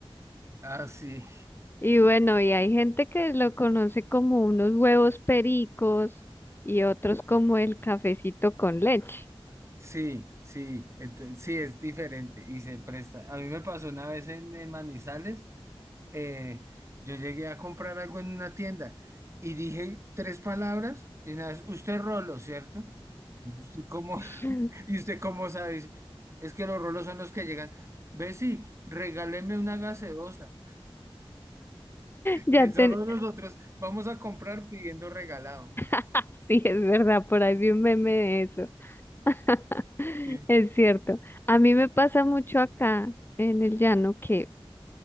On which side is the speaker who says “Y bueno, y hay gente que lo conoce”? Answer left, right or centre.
Left